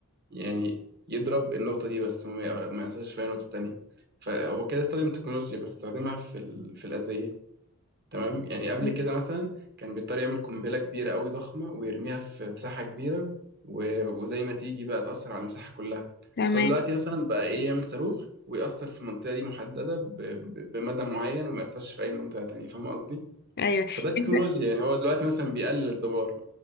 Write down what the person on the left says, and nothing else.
مم.
تمام
ايوه
انت